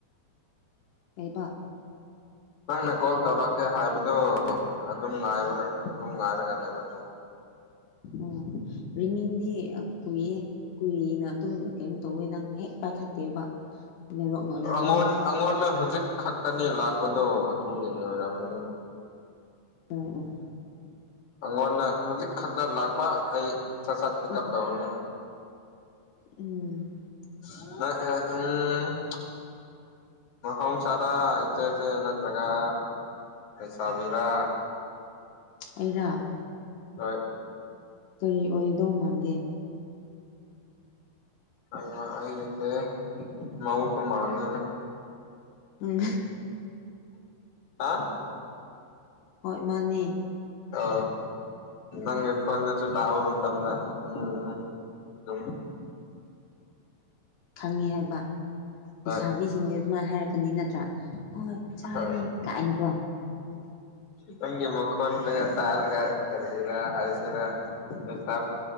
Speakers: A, on the left; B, on the left.
A: ꯂꯩꯥꯕ
B: ꯅꯪꯪ ꯀꯣꯜ ꯇꯧꯔ ꯀꯦ ꯍꯥꯏꯕꯗꯣ ꯑꯗꯨꯝ ꯉꯥꯏꯕꯔ
A: ꯎꯝ
B: ꯑꯗꯨꯝ ꯉꯥꯏꯔꯒ ꯂꯩꯕꯅꯦ
A: ꯑꯣ ꯔꯤꯃꯤꯡꯗꯤ ꯀꯨꯏꯌꯦ ꯀꯨꯏꯅ ꯑꯗꯨꯝ ꯀꯩꯅꯣ ꯇꯧꯋꯦ ꯅꯪ ꯍꯦꯛ ꯄꯥꯏꯈꯠꯇꯦꯕ ꯅꯦꯠꯋꯥꯛꯅ ꯑꯣꯏꯔꯝꯒꯅꯤ
B: ꯑꯩꯉꯣꯟ ꯑꯩꯉꯣꯟꯗ ꯍꯧꯖꯤꯛ ꯈꯛꯇꯅꯤ ꯂꯥꯛꯄꯗꯣ ꯑꯗꯨ ꯀꯩꯩ ꯑꯣꯏꯔꯝꯒꯅꯤ
A: ꯎꯝ ꯎꯝ꯫
B: ꯑꯩꯉꯣꯟꯗ ꯍꯧꯖꯤꯛ ꯈꯛꯇ ꯂꯥꯛꯄ ꯑꯩ ꯁꯠ ꯁꯠ ꯄꯤꯛ
A: ꯎꯝ
B: ꯎꯞ ꯇꯧꯕꯅꯦ
A: ꯎꯝ
B: <unintelligible> ꯎꯝ꯫ ꯥꯎ ꯁꯔꯥꯁꯦꯁꯦ ꯅꯠꯇ꯭ꯔꯒꯥꯥꯁꯕꯤꯔ
A: ꯑꯩꯔꯥꯛ
B: ꯍꯣꯏ
A: ꯀꯔꯤ ꯑꯣꯏꯗꯧ ꯃꯥꯟꯒꯦ꯫
B: <unintelligible> ꯃꯧꯖꯨ ꯃꯥꯜꯂꯦꯅꯦ꯫
A: ꯎꯝ
B: ꯍꯥ
A: ꯍꯣꯏ ꯃꯥꯅꯤ
B: ꯑ ꯅꯪ ꯈꯣꯟꯗ ꯆ ꯇꯕ ꯑꯃ ꯇꯗ ꯎꯝ꯫ ꯑꯗꯨꯝ
A: ꯈꯪꯉꯦ ꯍꯥꯏꯕ ꯂꯩꯁꯥꯕꯤꯁꯤꯡꯗꯤ
B: ꯍꯣꯏ
A: ꯑꯗꯨꯃꯥꯏꯅ ꯍꯥꯏꯔꯛꯀꯅꯤ ꯅꯠꯇ꯭ꯔꯥ ꯍꯣꯏ ꯆꯥꯔꯦ
B: ꯍꯣꯏ
A: ꯀꯥꯏꯅꯤꯀꯣ
B: ꯅꯪꯒꯤ ꯃꯈꯣꯟꯗꯒ ꯇꯥꯔꯒ ꯀꯔꯤꯔꯥ ꯍꯥꯏꯁꯤꯔꯥ ꯁ